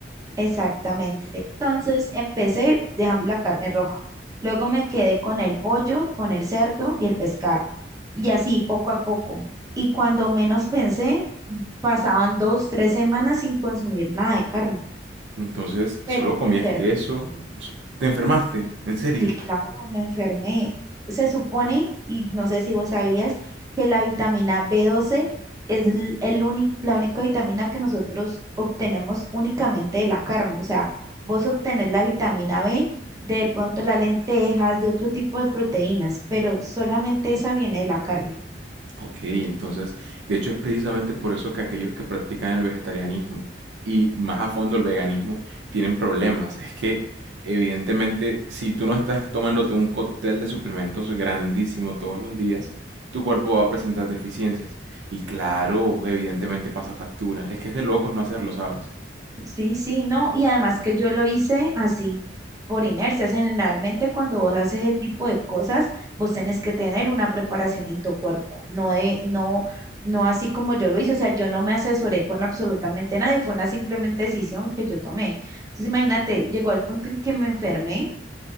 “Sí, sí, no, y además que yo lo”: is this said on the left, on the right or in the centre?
Right